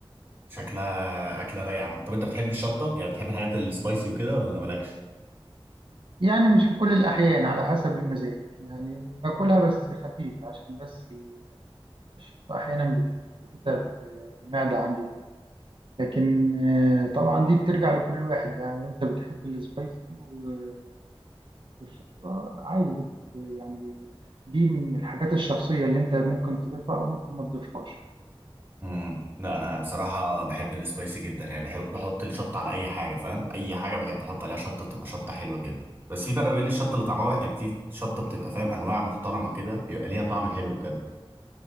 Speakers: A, on the right; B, on the right.
A: شكلها اكله رايقه عامة. طب انت بتحب الشطه يعني بتحب الحاجات السبايسي وكده ولا مالكش
B: يعني مش في كل الاحيان على حسب المزاج يعني باكلها بس خفيف عشان بس الشطة أحيانا بت- بتتعب آه، المعدة عندي وكده لكن آه، طبعا دي بترجع لكل واحد يعني وأنت بتحب السبايسي و- والشطة عادي بت يعني دي من الحاجات الشخصية اللي أنت ممكن تضيفها أو ممكن ما تضيفهاش
A: امم لا انا بصراحه بحب السبايسي جدا يعني بحب بحط الشطه على اي حاجه فاهم اي حاجه بحب احط عليها شطه تبقى شطه حلوه كده بس في فرق بين الشطه اللي طعمها يعني في شطه بتبقى فاهم انواع محترمه كده بيبقى ليها طعم حلو بجد